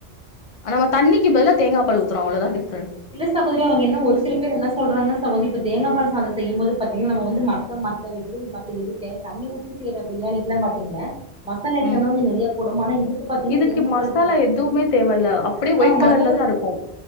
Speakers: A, on the left; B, in the centre.
A: நம்ம தண்ணிக்கு பதில தேங்கா பால் ஊத்தறோம் அவ்ளோதா டிப்
B: இல்ல சாகோதிரி அவங்க என்ன ஒரு சில பேரு என்ன சொல்றாங்கன்னா சகோதிரி இப்ப தேங்காபால் செய்யும் போது பாத்தீங்கனா நம்ம வந்து மத்த மத்த வெஜிடபிள் மத்த எது தண்ணி ஊத்தி செய்யற பிரியாணிக்குலாம் பாத்தீங்கள மசாலா ஐட்டம்
A: ம்
B: வந்து நிறையா போடும் ஆனா இதுக்கு பாத்தீங்கன்னா
A: இதுக்கு
B: தேங்காப்பால்
A: மசாலா
B: பிரியாணிக்கு
A: எதுவுமே
B: வந்தீங்கன்னா
A: தேவ இல்ல அப்டே
B: ஆ
A: ஒயிட் கலர்ல
B: மசாலா
A: தா
B: தே
A: இருக்கும்